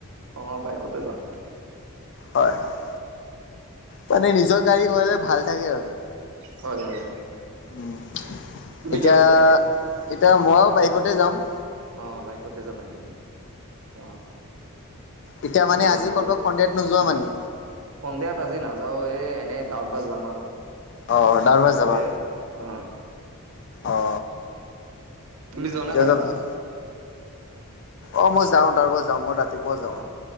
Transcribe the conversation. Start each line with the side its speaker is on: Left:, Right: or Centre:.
Right: অ অ বাইকতে যাম।
Left: হয় হয় মানে নিজৰ গাড়ী হলে ভাল থাকে আৰু।
Right: হয় হয় হয়।
Left: উম
Right: তুমি
Left: এতিয়া
Right: কিহত যাবা?
Left: এতিয়া মই আৰু বাইকতে যাম।
Right: অ', বাইকতে যাবা নেকি? অ',
Left: এতিয়া মানে
Right: উজান
Left: আজি
Right: বজা',
Left: ক'ৰবাত সন্ধিয়াত নোযোৱা মানে?
Right: সন্ধিয়াত আজি নাযাও এ-এনেই ডাউক দা যাম আৰু',
Left: অ দাৰবৰ
Right: এইটোৱে।
Left: যাবা
Right: অ
Left: অ।
Right: তুমি যোৱা
Left: তেতিয়াতো
Right: না দাৰবা
Left: ভাল অ মই যাওঁ তাৰ পৰা যাওঁ মই ৰাতিপুৱা যাওঁ
Right: অ